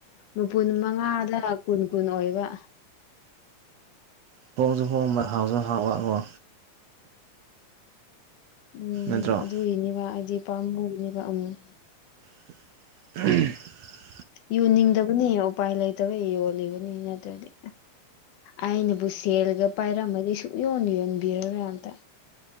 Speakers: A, on the left; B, on the right.
A: ꯃꯄꯨꯟ ꯃꯉꯥꯗ ꯀꯨꯟ ꯀꯨꯟ ꯑꯣꯏꯕ
B: ꯍꯣꯡꯁꯨ ꯍꯣꯡꯕ ꯍꯥꯎꯁꯨ ꯍꯥꯎꯕꯀꯣ
A: ꯎꯝ
B: ꯅꯠꯇ꯭ꯔꯣ
A: ꯑꯗꯨꯒꯤꯅꯦꯕ ꯍꯥꯏꯗꯤ ꯄꯥꯝꯃꯨꯔꯦꯕ ꯑꯃꯨꯛ
B: ꯑꯥꯍꯝ
A: ꯌꯨꯅꯤꯡꯗꯕꯅꯤ ꯎꯄꯥꯏ ꯂꯩꯇꯕꯩ ꯌꯣꯜꯂꯤꯕꯅꯤ ꯅꯠꯇ꯭ꯔꯗꯤ ꯑꯩꯅꯕꯨ ꯁꯦꯜꯒ ꯄꯥꯏꯔꯝꯃꯗꯤ ꯁꯨꯛꯌꯣꯟ ꯌꯣꯟꯕꯤꯔꯔꯣꯏ ꯑꯝꯇ